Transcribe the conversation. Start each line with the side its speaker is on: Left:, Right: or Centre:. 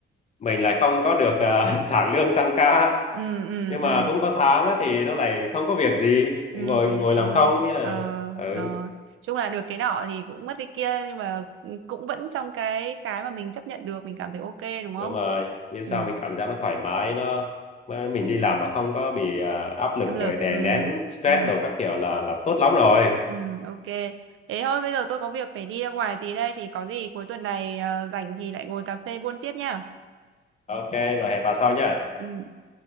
Left: mình lại không có được à, <laughs> trả lương tăng ca
Right: ừ ừ
Left: nhưng mà
Right: ừ
Left: cũng có tháng á, thì nó lại không có việc gì
Right: ừ
Left: Thì ngồi
Right: thì
Left: ngồi
Right: lại
Left: làm
Right: ơi
Left: không nghĩa là
Right: ờ
Left: ừ
Right: rồi chung là được cái nọ thì cũng mất cái kia nhưng mà cũng vẫn trong cái cái mà mình chấp nhận được mình cảm thấy ok đúng không
Left: đúng rồi biết
Right: ừ
Left: sao mình cảm giác nó thoải mái nó mà mình đi làm mà không có bị à, áp lực
Right: áp lực
Left: rồi đè
Right: ừ
Left: nén stress
Right: ừ
Left: đồ các kiểu là là tốt lắm rồi
Right: ừ ok thế thôi bây giờ tôi có việc phải đi ra ngoài tí đây thì có gì cuối tuần này ờ, rảnh thì lại ngồi cà phê buôn tiếp nha
Left: ok rồi hẹn bà sau nhá
Right: ừ